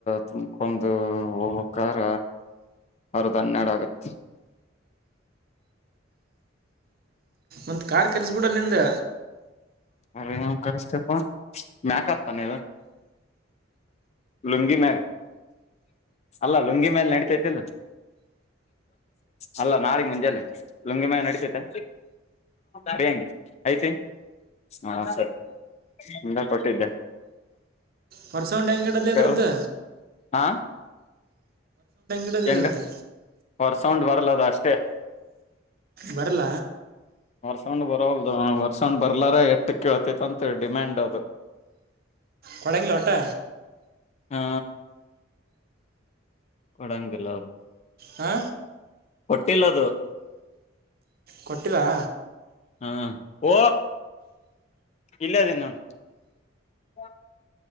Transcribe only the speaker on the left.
ತುಂಬಕೊಂಡು ಹೋಗ್ಬೇಕರ ಅರದ್ ಹನ್ನೆರಡು ಆಗತ್
ಅ್ರ ಎನ್ ಕರಿಸ್ಥ್ಯಪ ಮ್ಯಾಕ ಹತ್ತಾನ ನೀವ. ಲುಂಗಿ ಮ್ಯಾಲ್ ಅಲ್ಲ ಲುಂಗಿ ಮ್ಯಾಲ ನಡತೈತಿಲ್ಲ ಅಲ್ಲ ನಾಳಗ್ ಮುಂಜಲ್ಲೆ ಲುಂಗಿ ಮಾಗ ನಡಸೈತೆ ಸರಿ ಹಂಗೆ ಐತೆ ಹ ಸರಿ ನಿಂದ ಕೊಟ್ಟಿದ್ದೆ
ಕೇಳು ಹಾ
ಹೆಂಗ
ವರಸೌಂಡ್ ಬರಲದ ಅಷ್ಟೆ.
ಸೌಂಡ್ ಬರೋಲ್ದು ಬರ್ಸೌಂಡ್ ಬರ್ಲಾರ ಎಟ್ಟ ಕತಿತಿ ಅಂತ ಡಿಮ್ಯಾಂಡ್ ಅದು.
ಹಾ ಕೊಡಂಗಿಲ್ಲ ಹೌ
ಕೋಟ್ಟಿಲ್ಲದು.
ಹ್ಮ ಓ ಇಲ್ಲ ಅದೇ ನಾನು. ಹಾ